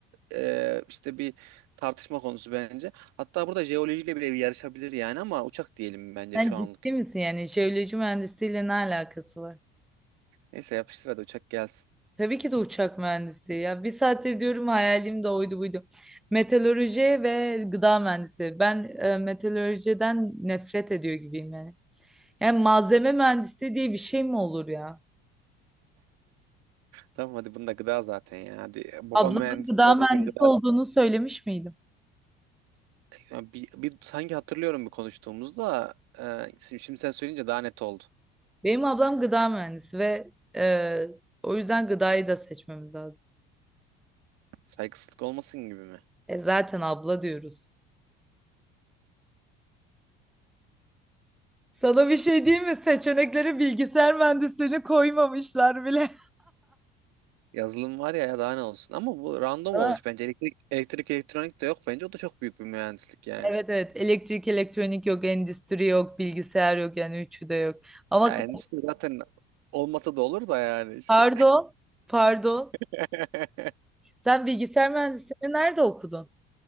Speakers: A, on the right; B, in the centre.
A: Ee, işte bir tartışma konusu bence. Hatta burada jeolojiyle bile bir yarışabilir yani ama uçak diyelim bence
B: Sen
A: şu anlık.
B: ciddi misin yani jeoloji mühendisliğiyle ne alakası var?
A: Neyse yapıştır hadi uçak gelsin.
B: Tabii ki de uçak mühendisi. Ya bir saattir diyorum hayalim de oydu buydu. Meteoroloji ve gıda mühendisi. Ben e, meteorolojiden nefret ediyor gibiyim yani. Yani malzeme mühendisi diye bir şey mi olur ya?
A: Tamam hadi bunda gıda zaten ya. Hadi baba
B: Ablamın
A: mühendisliği
B: gıda
A: o
B: mühendisi
A: da için gıda
B: olduğunu söylemiş miydim?
A: Ya bir, bir sanki hatırlıyorum bir konuştuğumuzda e, şimdi, şimdi sen söyleyince daha net oldu.
B: Benim ablam gıda mühendisi ve e, o yüzden gıdayı da seçmemiz lazım.
A: Saygısızlık olmasın gibi mi?
B: E zaten abla diyoruz. Sana bir şey diyeyim mi? Seçeneklere bilgisayar mühendisliğini koymamışlar bile.
A: Yazılım var ya ya daha ne olsun. Ama bu random
B: <laughs>
A: olmuş bence. Elektrik, elektrik elektronik de yok bence. O da çok büyük bir mühendislik yani.
B: Evet evet elektrik elektronik yok endüstri yok bilgisayar yok yani üçü de yok. Ama
A: Ya
B: k-
A: endüstri zaten olmasa da olur da yani işte.
B: pardon pardon
A: <laughs>
B: sen bilgisayar mühendisliğini nerede okudun?